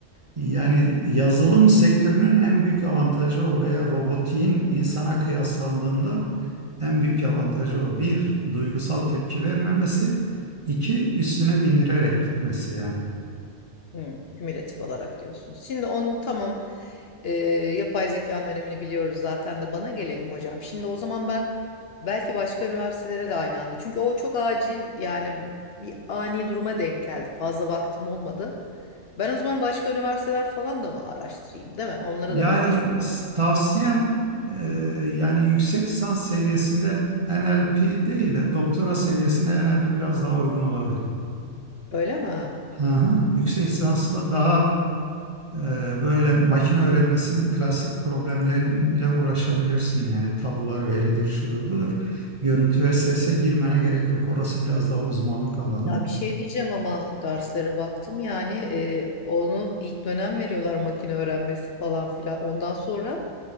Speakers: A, on the right; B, on the left.
A: Yani yazılım sektörünün en büyük avantajı o veya robotiğin insana kıyaslandığında en büyük avantajı o. Bir, duygusal tepki vermemesi. iki üstüne bindirerek gitmesi yani.
B: Hı, kümülatif olarak diyorsunuz. Şimdi onu tamam e, yapay zekanın önemini biliyoruz zaten de bana gelelim hocam. Şimdi o zaman ben belki başka üniversitelere de aynı anda. Çünkü o çok acil yani bir ani duruma denk geldi. Fazla vaktim olmadı. Ben o zaman başka üniversiteler falan da mı araştırayım değil mi? Onlara
A: Yani
B: da mı başvurayım?
A: s- tavsiyem e, yani yüksek lisans seviyesinde NLP değil de doktora seviyesinde NLP biraz daha uygun olabilir.
B: Öyle mi?
A: Hı hı. Yüksek lisansla daha e, böyle makine öğrenmesinin klasik problemleriyle uğraşabilirsin. Yani tabular veridir, şudur budur. Görüntü ve sese girmene gerek yok. Orası biraz daha uzmanlık alanı.
B: Ya bir şey diyeceğim ama derslere baktım yani e, onu ilk dönem veriyorlar makine öğrenmesi falan filan. Ondan sonra